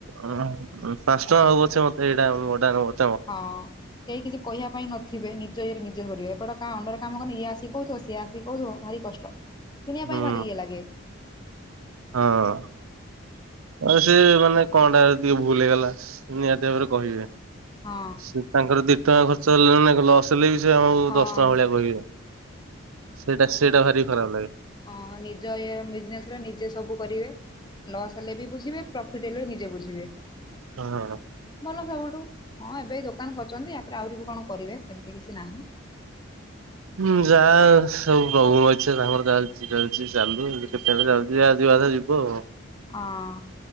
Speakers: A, on the right; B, on the left.
A: ଅଃ ପାଁଶ ଟଆଁ ହଉ ପଛେ ମତେ ଏଇଟା ମୁଁ ଅଟା ହେନେ ମ
B: ହଁ କେହି କିଛି କହିବା ପାଇଁ ନଥିବେ ନିଜ ଇଏରେ ନିଜେ କରିବେ ଏପଟ କା ଅଣ୍ଡରେ କାମ କନେ ଇଏ ଆସି କୋଉଥୁବ ସିଏ ଆସି କୋଉଥୁବ ଭାରି କଷ୍ଟ ଶୁଣିବା
A: ହୁଁ
B: ପାଇଁ ଭାରି ଇଏ ଲାଗେ।
A: ହଁ। ଆଉ ସେ ମାନେ କଣଟା ଯଦି ତିଏ ଭୁଲ୍ ହେଇଗଲା ନିହାତି ଭାବରେ କହିବେ।
B: ହଁ
A: ସେ ତାଙ୍କର ଦି ଟଙ୍କା ଖର୍ଚ୍ଚ ହେଲା ନା କ ଲସ୍ ହେଲେ ବି ସିଏ ଆମୁକୁ
B: ହଁ
A: ଦଶ ଟଙ୍କା ଭଳିଆ କହିବେ। ସେଇଟା ସେଇଟା ଭାରି ଖରାପ ଲାଗେ।
B: ହଁ ନିଜ ଇଏ ବିଜନେସରେ ନିଜେ ସବୁ କରିବେ। ଲସ୍ ହେଲେ ବି ବୁଝିବେ ପ୍ରଫିଟ ହେଲେ ବି ନିଜେ ବୁଝିବେ,
A: ହଁ।
B: ଭଲ ସବୁଠୁ। ହଁ ଏବେ ଏଇ ଦୋକାନ କରିଛନ୍ତି, ୟାପରେ ଆହୁରି ବି କଣ କରିବେ ସେମିତି କିଛି ନାହିଁ।
A: ହୁଁ, ଯାହା ସବୁ ପ୍ରଭୁଙ୍କ ଇଚ୍ଛା ତାଙ୍କର ଯାହାବି ଚାଲିଛି ଚାଲୁ, କେତେବେଳେ ଚାଲିଛି ଆଜି ତାଥରେ ଯିବ।
B: ହଁ